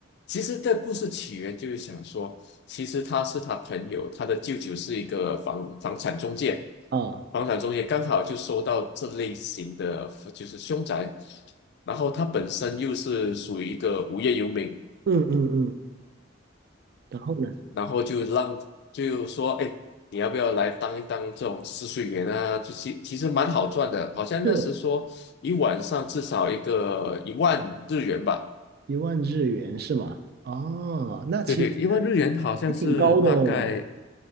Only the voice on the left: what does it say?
其实这故事起源就是想说，其实他是他朋友，他的舅舅是一个房房产中介，
房产中介刚好就收到这类型的就是凶宅，然后他本身又是属于一个无业游民，
然后就让就说，哎，你要不要来当一当这种试睡员啊？就其其实蛮好赚的，好像那时说一晚上至少一个一万日元吧。
对对，一万日元好像是大概